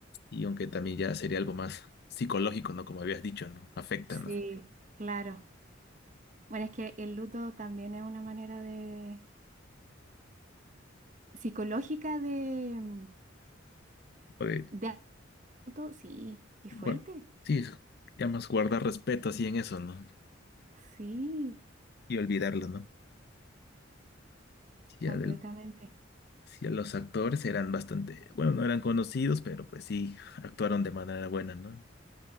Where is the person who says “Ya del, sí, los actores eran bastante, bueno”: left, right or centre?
Left